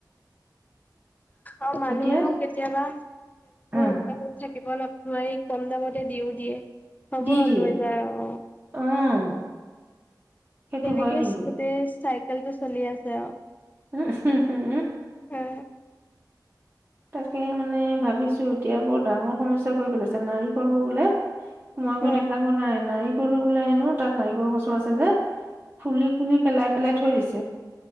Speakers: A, on the left; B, on the right.
A: অ মানুহেও
B: এতিয়া
A: কেতিয়াবা
B: অ'
A: উৎপাতত থাকে। কেৱল আপোনাৰ এই কম দামতে দিও দিয়ে। হ'ব
B: দি দিয়ে
A: লৈ যায় অ।
B: অ' সেইটো
A: সেনেকেই
B: হয় কিন্তু।
A: গোটেই চাইকেলটো চলি আছে আৰু।
B: উম, উম। হুম,
A: হা।
B: তাকে মানে ভাবিছো এতিয়া বৰ ডাঙৰ সমস্যা কৰি পেলাইছে নাৰিকলো বোলে মই
A: হয়,
B: গৈ দেখা পোৱা নাই। নাৰিকলো বোলে হেনো, তাত নাৰিকল গছু আছে। যে খুলি-খুলি, পেলাই-পেলাই থৈ দিছে।